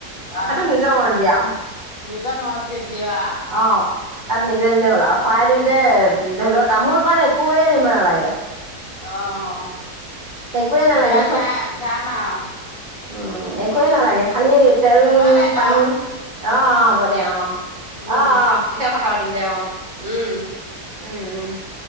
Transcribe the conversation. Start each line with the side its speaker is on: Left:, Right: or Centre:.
Left: অ
Right: সেইটো নিজৰ মৰজি আৱ।
Left: নিজৰ মছজিদ দিয়
Right: অ। তাত নিজে দিলে হ'ল আৱ। শৰাই দিওঁতে ধৰি ল, তামোল পাণ একোৱে নিব নালাগে।
Left: অ, অ, অ।
Right: একোৱে নালাগে
Left: যোৱা
Right: চব
Left: নাই যাম আৱ।
Right: উম। একোৱেই নালাগে, খালি তেল,
Left: হ'ব দে
Right: পানী।
Left: ন
Right: অ----অ হ'ব দে অ।
Left: উম
Right: অ, অ, পিছত কথা পাতিম দে। উম।
Left: উম
Right: উম, উম।